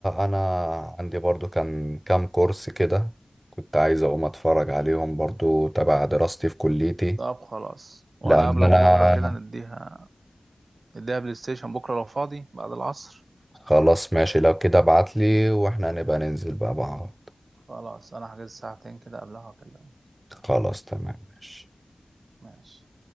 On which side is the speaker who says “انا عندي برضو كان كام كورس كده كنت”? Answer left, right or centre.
Right